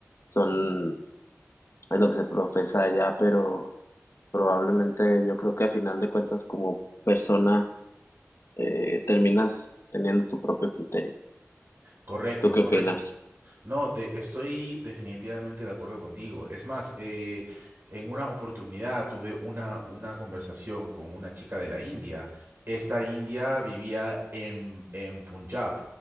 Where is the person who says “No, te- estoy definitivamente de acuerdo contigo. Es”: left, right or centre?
Right